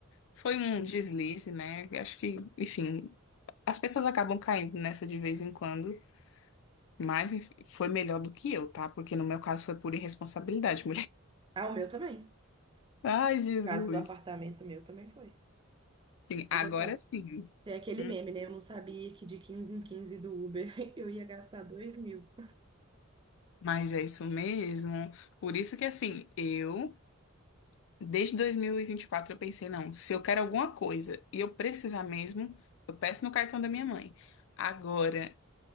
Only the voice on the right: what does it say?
Ah, o meu também.
O caso do apartamento meu também foi.
Eu
não sei.
Tem aquele
meme, né? Eu não sabia que de 15 em 15 do Uber <laughs> eu ia gastar dois mil.